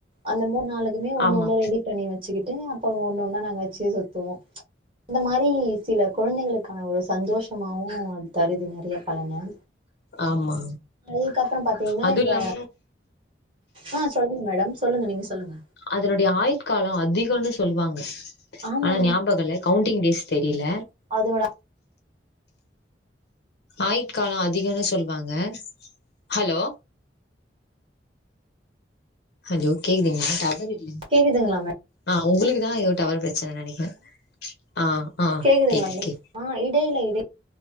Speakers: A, on the right; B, on the left.
A: அந்த மூண் நாளுக்குமே ஒன்னு
B: ஆமா
A: ஒன்னு ரெடி பண்ணி வச்சுகிட் டு அப்ப ஒன்னொன்னா நாங்க வச்சி சுத்துவோ அந்த மாரி சில குழந்தைகளுக்கான ஒரு சந்தோஷமாவு அது தருது நெறைய பலன
B: ஆமா
A: அதுக்கப்புறம் பாத்தீங்கனா
B: அது
A: இந்த
B: இல்லாம
A: ஆ சொல்லுங்க மேடம் சொல்லுங்க நீங்க சொல்லுங்க
B: அதனுடைய ஆயிட்காலொ அதிகொன்னு சொல்வாங்க
A: ஆமா,
B: ஆனா ஞாபகல்ல கவுண்டிங் டேஸ் தெரில
A: அதுனோட
B: ஆயுட் காலொ அதிகொனு சொல்வாங்க ஹலோ ஹலோ கேக்குதுங்ளா டவர் இல்ல
A: கேக்குதுங்ளா மே
B: ஆ உங்குளுக்குதா எதோ டவர் பிரச்சன நெனக்கிறே ஆ ஆ
A: கேக்குதுங்களா
B: கேக்கு
A: மேடம்?
B: கே
A: ஆ இடைல இடை